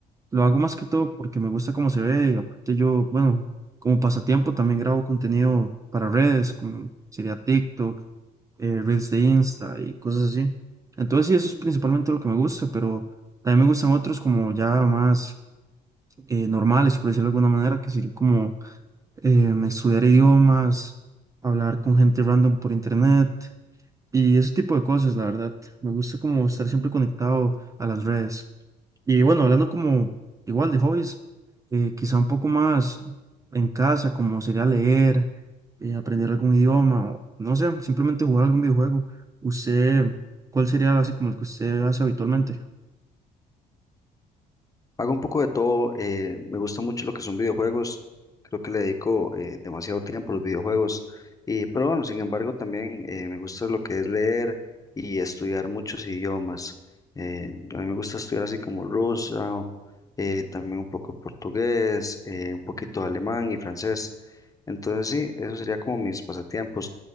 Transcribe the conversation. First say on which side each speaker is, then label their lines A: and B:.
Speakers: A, on the right; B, on the left.
A: lo hago más que todo porque me gusta cómo se ve. Y aparte yo, bueno, como pasatiempo también grabo contenido para redes, como sería TikTok, eh, Reels de Insta y cosas así. Entonces sí, eso es principalmente lo que me gusta, pero también me gustan otros como ya más eh, normales, por decirlo de alguna manera, que sería como em, estudiar idiomas, hablar con gente random por internet y ese tipo de cosas, la verdad. Me gusta como estar siempre conectado a las redes. Y bueno, hablando como igual de hobbies, eh, quizá un poco más en casa, como sería leer, eh, aprender algún idioma, o, no sé, simplemente jugar algún videojuego. ¿Usted, cuál sería así como el que usted hace habitualmente?
B: Hago un poco de todo, eh, me gusta mucho lo que son videojuegos, creo que le dedico eh, demasiado tiempo a los videojuegos, y, pero bueno, sin embargo también eh, me gusta lo que es leer y estudiar muchos idiomas. Eh, a mí me gusta estudiar así como ruso, eh, también un poco portugués, eh, un poquito de alemán y francés. Entonces sí, eso sería como mis pasatiempos,